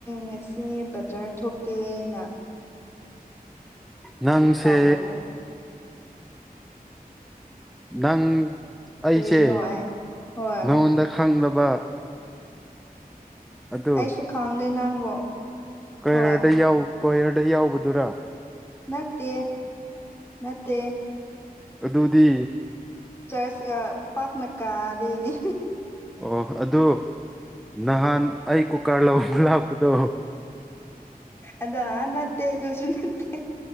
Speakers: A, on the left; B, in the centre.
A: ꯉꯁꯤ ꯕꯖꯥꯔ ꯊꯣꯛꯀꯦꯅ
B: ꯅꯪꯁꯦ
A: ꯇꯥꯎꯕꯅꯦ
B: ꯅꯪ ꯑꯩꯁꯦ
A: ꯀꯔꯤꯅꯣ ꯑꯩ ꯍꯣꯏ
B: ꯅꯉꯣꯟꯗ ꯈꯪꯗꯕ ꯑꯗꯨ
A: ꯑꯩꯁꯨ ꯈꯪꯗꯦ ꯅꯪꯕꯨ
B: ꯀꯌꯔꯗ
A: ꯍꯣꯏ
B: ꯀꯌꯔꯗ ꯌꯥꯎꯕꯗꯨꯔ
A: ꯅꯠꯇꯦ ꯅꯠꯇꯦ꯫
B: ꯑꯗꯨꯗꯤ
A: ꯆꯔꯁꯒ ꯄꯥꯛꯅ ꯀꯗꯗꯤ
B: ꯑꯣ ꯑꯗꯨ ꯅꯍꯥꯟ ꯑꯩ ꯀꯨꯀꯥꯔ ꯂꯧꯕꯥ ꯂꯥꯛꯄꯗꯣ
A: ꯑꯗ ꯅꯠꯇꯦꯗꯨꯁꯨ ꯅꯠꯇꯦ